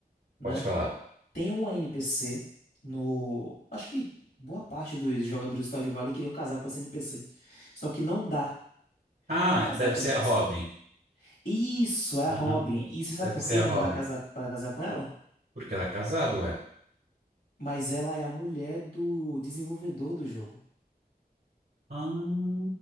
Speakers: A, on the left; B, on the right.
A: né?
B: pode falar.
A: Tem uma NPC no... Acho que boa parte dos jogadores do Stardew Valley queriam casar com essa NPC. Só que não dá
B: Ah,
A: pra casar
B: deve
A: com
B: ser
A: a NPC.
B: a Robin.
A: Isso, é a
B: Aham,
A: Robin.
B: de-
A: E você sabe
B: Deve
A: por
B: ser
A: que
B: a
A: que
B: Robin.
A: não dá casar, para casar com ela?
B: Porque ela é casada, ué.
A: Mas ela é a mulher do desenvolvedor do jogo.
B: Ah,